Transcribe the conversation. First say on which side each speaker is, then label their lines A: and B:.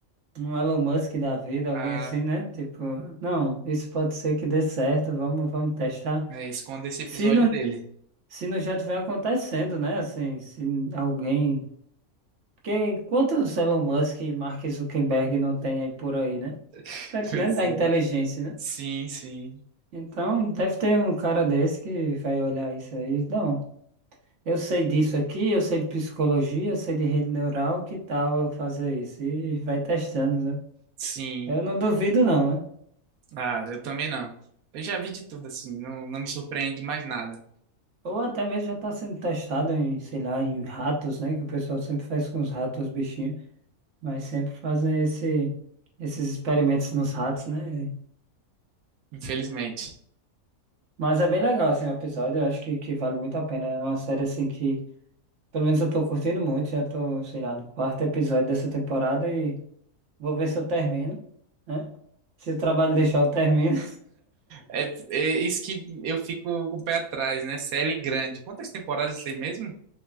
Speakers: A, on the right (about 55°); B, on the right (about 75°).
A: um Elon Musk da vida,
B: Ah,
A: alguém assim, né? Tipo, não, isso pode ser que dê certo, vamos, vamos testar.
B: é, esconda esse episódio
A: Se não,
B: dele.
A: se não já tiver acontecendo, né? Assim, se alguém Porque quantos Elon Musk e Mark Zuckerberg não tem aí por aí, né?
B: <laughs>
A: Tá entendendo?
B: Pois
A: Da
B: é.
A: inteligência, né?
B: Sim, sim,
A: Então, deve ter um cara desse que vai olhar isso aí. Não, eu sei disso aqui, eu sei de psicologia, eu sei de rede neural, que tal eu fazer isso? E vai testando, né?
B: sim.
A: Eu não duvido não, né?
B: Ah, eu também não. Eu já vi de tudo, assim, não, não me surpreende mais nada,
A: Ou até mesmo já está sendo testado em, sei lá, em ratos, né? Que o pessoal sempre faz com os ratos, os bichinhos. Mas sempre fazem esse, esses experimentos nos ratos, né?
B: infelizmente.
A: Mas é bem legal, assim, o episódio. Eu acho que, que vale muito a pena. né? É uma série, assim, que pelo menos eu tô curtindo muito. Já tô, sei lá, no quarto episódio dessa temporada e vou ver se eu termino, né? Se o trabalho deixar, eu termino.
B: É, é isso que eu fico com o pé atrás, né? Série grande. Quantas temporadas tem mesmo?